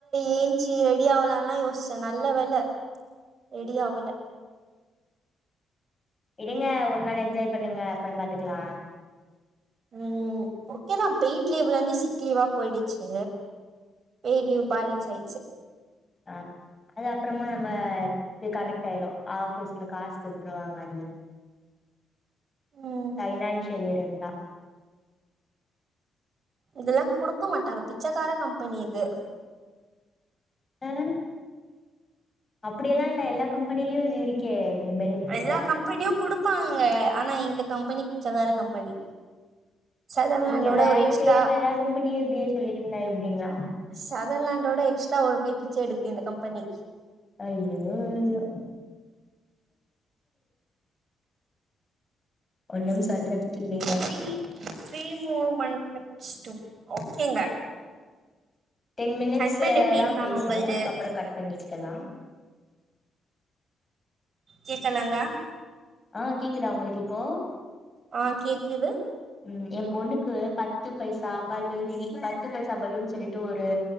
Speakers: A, on the right; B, on the left.
A: ஏன்சி ரெடி ஆவுலான்லா யோசிச்சே நல்ல வேல ரெடி ஆவல
B: விடுங்க ஒரு நாள் என்ஜாய் பண்ணுங்க அப்பறம் பாத்துக்கலா
A: ம் ஓகேதா பெயிட் லீவ்ல இருந்து சிக் லீவா போயிடுச்சு பேய்டு லீவ் பேலன்ஸ் ஆயிடுச்சு
B: அ அது அப்பறமா நம்ம இது கரெக்ட் ஆயிரு ஆபீஸ்ல காசு குடுத்துருவாங்க அதுல
A: ம்
B: பைனான்சியல் இயர் இருந்தா
A: இதெல்லா குடுக்க மாட்டாங்க பிச்சக்கார கம்பெனி இது
B: ம் அப்படி எல்லா இல்ல எல்லா கம்பெனிலயு இது இரு கே இந்த பெனி ஃபிட்டு
A: எல்லா கம்பெனியு குடுப்பாங்க ஆனா இந்த கம்பெனி பிச்சகார கம்பெனி சதர்லாண்டோட
B: நீங்க வேல
A: ஒரு எக்ஸ்ட்ரா
B: செய்யற எல்லா கம்பெனியு இப்டியே சொல்லிட்ருந்தா எப்டிங்களா
A: சதர்லாண்டோட எக்ஸ்ட்ரா ஒரு கை பிச்ச எடுக்குது இந்த கம்பெனி
B: ஐய்யே ஐய்யே ஒன்னும் சொல்றதுக்கு இல்லீங்க
A: த்ரீ த்ரீ மேர் மண்ணீட்ஸ் டு ஓகேங்க
B: டென் மினிட்ஸ்
A: ஹஸ்பண்ட் எப்டி
B: தா
A: இருக்காங்க
B: பேசணு
A: உங்கள்து
B: அதுக்கப்ரோ கட் பண்ணிக்கலா
A: கேக்கலங்கா
B: ஆ கேக்குதா உங்களுக்கு இப்போ
A: ஆ கேக்குது
B: ம் ஏ பொண்ணுக்கு பத்து பைசா பலுனில் பத்து பைசா பலுன்னு சொல்லிட்டு ஒரு